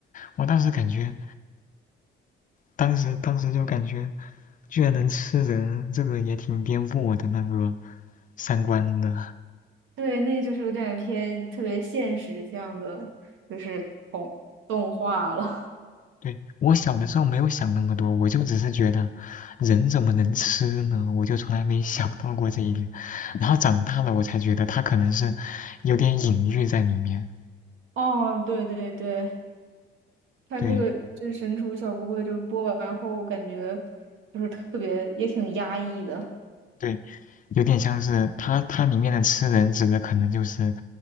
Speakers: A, on the left; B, on the right.
A: 我当时感觉，当时当时就感觉，居然能吃人，这个也挺颠覆我的那个三观的。
B: 对，那就是有点偏特别现实向的，就是动动画了。
A: 对，我小的时候没有想那么多，我就只是觉得人怎么能吃呢？我就从来没想到过这一点。然后长大了，我才觉得它可能是有点隐喻在里面。
B: <laughs> 哦，对对对，看这个这《神厨小富贵》就播完后，
A: 对
B: 感觉就是特别也挺压抑的。
A: 对，有点像是它它里面的吃人指的可能就是